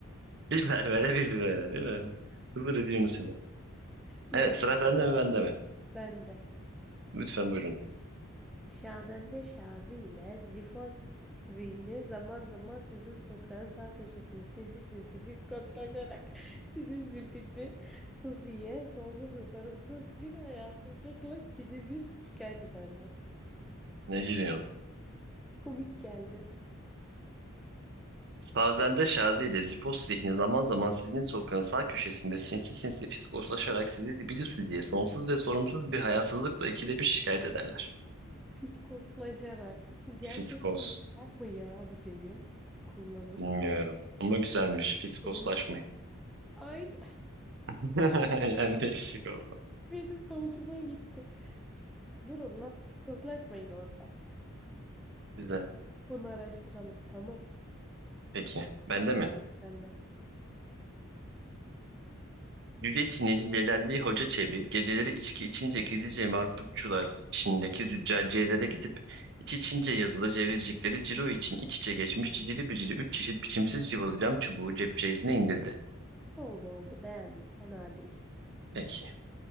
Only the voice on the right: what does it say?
<laughs> Biber vere bir bibere. Biber. Hızır ediyorsun seni.
Evet sıra sende mi bende mi?
Lütfen buyurun.
Ne gülüyorsun?
Fazende Şazi ile Zipos zihni zaman zaman sizin sokağın sağ köşesinde sinsi sinsi fiskoslaşarak sizi zibilüs sonsuz ve sorumsuz bir hayasızlıkla ikide bir şikayet ederler.
Fiskos.
Bilmiyorum. Ama güzelmiş. Fiskoslaşmayın.
<laughs> Yani değişik oldu.
Güzel.
Peki. Bende mi?
Yüce Çinici Celalli Hoca Çebi geceleri içki içince gizlice marputçular Çin'deki züccaciyelere gidip iç içince yazılı cevizcikleri ciro için iç içe geçmiş cicili bicili üç çeşit biçimsiz cıvalı cam çubuğu cep ceyizine indirdi.
Peki.